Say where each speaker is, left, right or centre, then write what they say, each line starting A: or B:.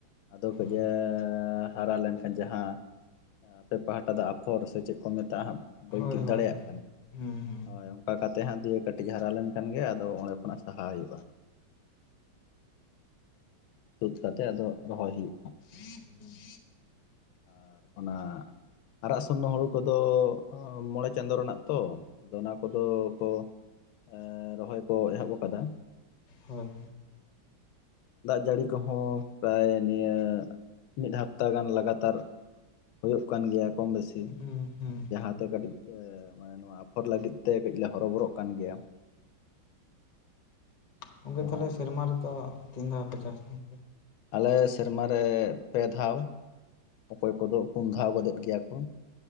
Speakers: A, on the left (about 80°); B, on the left (about 35°).
A: ᱟᱫᱚ ᱠᱟᱹᱡᱮ
B: ᱦᱳᱭ
A: ᱦᱟᱨᱟ ᱞᱮᱱ ᱡᱟᱦᱟᱸ ᱟᱯᱮ ᱯᱟᱦᱴᱟ ᱫᱚ ᱟᱯᱷᱚᱨ, ᱥᱮ ᱪᱮᱫ ᱠᱚ ᱢᱮᱛᱟᱜᱼᱟ ᱦᱟᱜ, ᱵᱟᱹᱧ
B: ᱦᱳᱭ
A: ᱴᱷᱤᱠ
B: ᱦᱳᱭ
A: ᱫᱟᱲᱮᱭᱟᱜ ᱠᱟᱱᱟ,
B: ᱦᱩᱸ ᱦᱩᱸ
A: ᱦᱚᱭ ᱚᱱᱠᱟ ᱠᱟᱛᱮ ᱦᱟᱸᱜ ᱫᱤᱭᱮ ᱠᱟᱹᱴᱤᱡ ᱦᱟᱨᱟ ᱞᱮᱱᱠᱷᱟᱱ ᱜᱮ ᱟᱫᱚ ᱚᱸᱰᱮ ᱠᱷᱚᱱᱟᱜ ᱥᱟᱦᱟ ᱦᱩᱭᱩᱜᱼᱟ᱾ ᱛᱩᱫ ᱠᱟᱛᱮᱜ ᱟᱫᱚ ᱨᱚᱦᱚᱭ ᱦᱩᱭᱩᱜᱼᱟ᱾
B: <inaudible>
A: ᱟᱨ ᱚᱱᱟ, ᱟᱨᱟᱜ ᱥᱩᱱᱱᱚ ᱦᱩᱲᱩ ᱠᱚᱫᱚ ᱢᱚᱬᱮ ᱪᱟᱸᱫᱳ ᱨᱮᱱᱟᱜ ᱛᱚ, ᱟᱫᱚ ᱚᱱᱟ ᱠᱚᱫᱚ ᱠᱚ ᱮᱻ ᱨᱚᱦᱚᱭ ᱠᱚ ᱮᱦᱚᱵ ᱟᱠᱟᱫᱟ᱾
B: ᱦᱳᱭ
A: ᱫᱟᱜ ᱡᱟᱹᱲᱤ ᱠᱚᱦᱚᱸ ᱯᱨᱟᱭ ᱱᱤᱭᱟᱹ ᱢᱤᱫ ᱦᱟᱯᱛᱟ ᱜᱟᱱ ᱞᱟᱜᱟᱛᱟᱨ ᱦᱩᱭᱩᱜ ᱠᱟᱱ ᱜᱮᱭᱟ ᱠᱚᱢ ᱵᱮᱥᱤ,
B: ᱦᱩᱸ ᱦᱩᱸ
A: ᱡᱟᱦᱟᱸᱛᱮ ᱠᱟᱹᱴᱤᱡ ᱢᱟᱱᱮ ᱱᱚᱣᱟ ᱟᱯᱷᱚᱨ ᱞᱟᱹᱜᱤᱫ ᱛᱮ ᱠᱟᱹᱴᱤᱡ ᱞᱮ ᱦᱚᱨᱚᱵᱚᱨᱚᱜ ᱠᱟᱱ ᱜᱮᱭᱟ᱾
B: ᱜᱚᱝᱠᱮ
A: ᱟᱫᱚ
B: ᱛᱟᱦᱞᱮ
A: ᱦᱟᱸᱜ
B: ᱥᱮᱨᱢᱟ ᱨᱮᱫᱚ ᱛᱤᱱ ᱫᱷᱟᱣ ᱯᱮ ᱪᱟᱥ ᱠᱟᱱ ᱛᱮ?
A: ᱟᱞᱮ ᱥᱮᱨᱢᱟ ᱨᱮ ᱯᱮ ᱫᱷᱟᱣ᱾ ᱚᱠᱚᱭ ᱠᱚᱫᱚ ᱯᱩᱱ ᱫᱷᱟᱣ ᱜᱚᱫᱚᱜ ᱜᱮᱭᱟ ᱠᱚ,